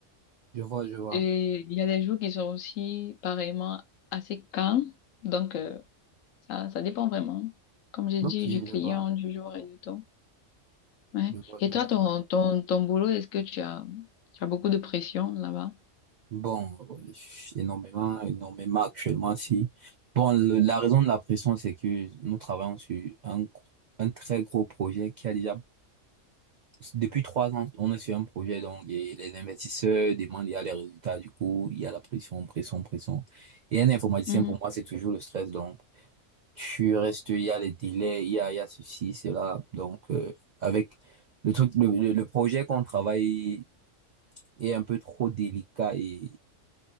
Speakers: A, on the right (about 85°); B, on the left (about 80°).
A: Je vois, je vois.
B: Et il y a des jours qui sont aussi pareillement assez calmes. Donc, euh, ça, ça dépend vraiment, comme j'ai
A: Ok,
B: dit, du client,
A: je vois.
B: du jour et du temps. Ouais.
A: Je vois,
B: Et
A: je
B: toi,
A: vois.
B: ton, ton, ton boulot, est-ce que tu as, tu as beaucoup de pression là-bas?
A: Bon, euh, énormément, énormément actuellement, si. Bon, le- la raison de la pression, c'est que nous travaillons sur un, gr- un très gros projet qui a déjà, depuis trois ans, on est sur un projet, donc, et les investisseurs demandent, il y a les résultats, du coup, il y a la pression, pression, pression. Et un informaticien,
B: Mhm.
A: pour moi, c'est toujours le stress, donc, tu restes, il y a les délais, il y a, il y a ceci, cela, donc, euh, avec le truc, le, le le projet qu'on travaille est un peu trop délicat et